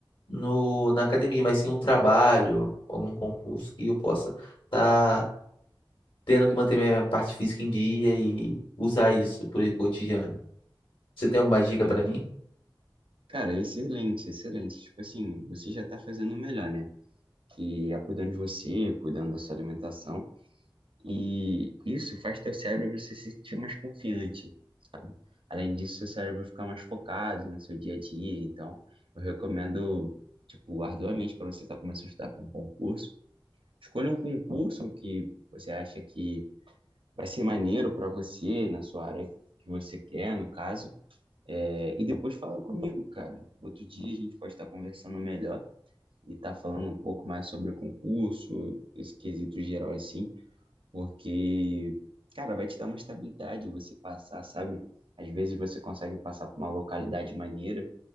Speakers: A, on the left (about 75°); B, on the right (about 75°).
A: no, na academia, mas sim um trabalho, algum concurso que eu possa estar tendo que manter minha parte física em dia e usar isso pro cotidiano. Você tem alguma dica
B: Cara,
A: para mim?
B: cara, excelente, excelente. Tipo assim, você já tá fazendo o melhor, né? Que é cuidando de você, cuidando da sua alimentação. E isso faz teu cérebro se sentir mais confiante. Além disso, seu cérebro fica mais focado no seu dia a dia. Então, eu recomendo, tipo, arduamente para você estar começando a estudar para um concurso. Escolha um concurso que você acha que vai ser maneiro para você, na sua área que você quer, no caso. É, e depois fala comigo, cara. Outro dia a gente pode estar conversando melhor e estar falando um pouco mais sobre o concurso, esse quesito geral assim. Porque, cara, vai te dar uma estabilidade você passar, sabe? Às vezes você consegue passar por uma localidade maneira